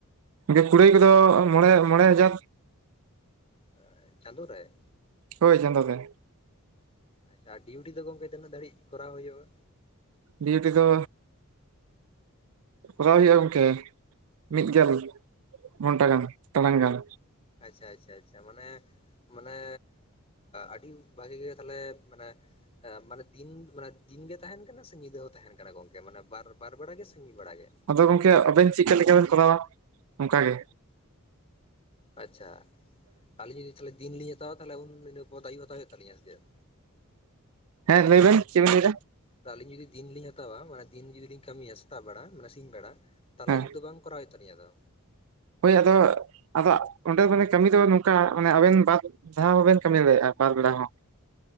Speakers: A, on the right; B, on the left.
A: ᱮ ᱠᱩᱲᱟᱹᱭ ᱠᱚᱫᱚ ᱢᱚᱬᱮ, ᱢᱚᱬᱮ ᱦᱟᱡᱟᱨ᱾
B: ᱟᱸᱻᱪᱟᱸᱫᱳ ᱨᱮ?
A: ᱦᱳᱭ ᱪᱟᱸᱫᱳ ᱜᱮ᱾
B: ᱟᱪᱪᱷᱟ ᱟᱨ ᱰᱤᱭᱩᱴᱤ ᱫᱚ ᱜᱚᱝᱠᱮ ᱛᱤᱱᱟᱹᱜ ᱫᱷᱟᱹᱨᱤᱡ ᱠᱚᱨᱟᱣ ᱦᱳᱭᱳᱜᱼᱟ?
A: ᱰᱤᱭᱩᱴᱤ ᱫᱚ ᱠᱚᱨᱟᱣ ᱦᱳᱭᱳᱜᱼᱟ ᱜᱚᱝᱠᱮ ᱢᱤᱫᱜᱮᱞ᱾ ᱜᱷᱚᱴᱟ ᱜᱟᱱ ᱴᱟᱲᱟᱝ ᱜᱟᱱ᱾
B: ᱟᱪᱪᱷᱟᱻ ᱟᱪᱪᱷᱟᱻ ᱟᱪᱪᱷᱟᱻ ᱢᱟᱱᱮ ᱢᱟᱱᱮᱻ ᱟᱹᱰᱤ ᱵᱷᱟᱜᱮ ᱜᱮ ᱛᱟᱦᱟᱞᱮ ᱢᱟᱱᱮ ᱦᱸ ᱢᱟᱱᱮ ᱫᱤᱱ ᱢᱟᱱᱮ ᱫᱤᱱ ᱜᱮ ᱛᱟᱦᱮᱸᱱ ᱠᱟᱱᱟ ᱥᱮ, ᱧᱤᱫᱟᱹ ᱦᱚᱸ ᱛᱟᱦᱮᱸᱱ ᱠᱟᱱᱟ ᱜᱚᱝᱠᱮ ᱢᱟᱱᱮ ᱵᱟᱨ-ᱵᱟᱨ ᱵᱮᱲᱟ ᱜᱮ ᱥᱮ ᱢᱤᱫ ᱵᱮᱲᱟ ᱜᱮ?
A: ᱟᱫᱚ ᱜᱚᱝᱠᱮ ᱟᱵᱮᱱ ᱪᱮᱫᱠᱟ ᱞᱮᱠᱟᱵᱮᱱ ᱠᱚᱨᱟᱣᱟ ᱚᱱᱠᱟ ᱜᱮ᱾
B: ᱟᱪᱷᱟ ᱟᱞᱤᱧ ᱡᱩᱫᱤ ᱫᱤᱱ ᱞᱤᱧ ᱦᱟᱛᱟᱣᱼᱟ, ᱛᱟᱦᱚᱞᱮ ᱤᱱᱟ ᱯᱚᱨ ᱫᱚ ᱟᱹᱭᱩᱵ ᱦᱟᱨᱟᱣ ᱦᱳᱭᱳᱜᱼᱟ ᱥᱮ ᱪᱮᱫ?
A: ᱦᱮᱸ ᱞᱟᱹᱭ ᱵᱮᱱ ᱪᱮᱫ ᱵᱮᱱ ᱞᱟᱹᱭ ᱫᱟ᱾
B: ᱟᱹᱞᱤᱧ ᱡᱩᱫᱤ ᱫᱤᱱ ᱞᱤᱧ ᱦᱟᱛᱟᱣᱟ, ᱢᱟᱱᱮ ᱫᱤᱱ ᱡᱚᱫᱤᱧ ᱠᱟᱹᱢᱤᱭᱟ ᱥᱮᱛᱟᱜ ᱵᱮᱲᱟ ᱢᱟᱱᱮ ᱥᱤᱧ ᱵᱮᱲᱟ ᱛᱟᱞᱦᱮ
A: ᱦᱮᱸ
B: ᱟᱭᱩᱵ ᱫᱚ ᱵᱟᱝ ᱠᱚᱨᱟᱣ ᱦᱳᱭᱳᱜ ᱛᱟᱞᱤᱧᱟ ᱛᱚ?
A: ᱦᱳᱭ ᱟᱫᱚ ᱟᱫᱚ ᱚᱸᱰᱮ ᱢᱟᱱᱮ ᱠᱟᱹᱢᱤ ᱫᱚ ᱱᱚᱝᱠᱟ, ᱢᱟᱱᱮ ᱟᱵᱮᱱ ᱵᱟᱨ ᱫᱷᱟᱣ ᱦᱚᱸᱵᱮᱱ ᱠᱟᱹᱢᱤ ᱫᱟᱲᱮᱭᱟᱜᱼᱟ᱾ ᱵᱟᱨ ᱵᱮᱲᱟ ᱦᱚᱸ᱾ <inaudible>